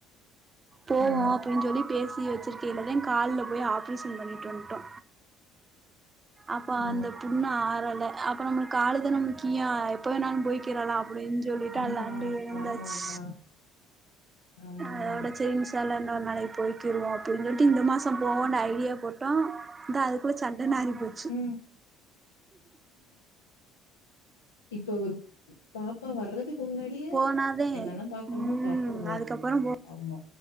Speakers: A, on the right; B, on the left.
A: போவோ
B: ம்
A: அப்டின்னு சொல்லி பேசி வச்சிருக்கேலதே கால்ல போய் ஆப்ரேஷன் பண்ணிட்டு வன்டோ அப்ப
B: ஆ
A: அந்த புண்ணு ஆறல அப்ப நம்மலுக்கு காலுதானே முக்கியோ இப்பவேநானு போய்கிறேல அப்டின்னு சொல்லிட்டு
B: ஆமா
A: அல்லாண்டு வந்தாச்சு
B: ஆமா ஆமா ஆமா
A: அதோட
B: ஆமா
A: சேரின்னு இன்ஷால்லா இன்னொருநாளைக்கி போய்கிருவோ அப்டின்னு சொல்லிட்டு இந்த மாசோ போவோனு ஐடியா போட்டோ இந்தா அதுக்குள்ள சண்ட நாறிபோ
B: உம் இப்ப ஒரு பாப்பா வர்றதுக்கு முன்னாடியே
A: போனாதே
B: என்னென்ன பாக்கணுமோ
A: ம்
B: பாத்துருங்க
A: அதுக்கப்புறோ
B: ஆமா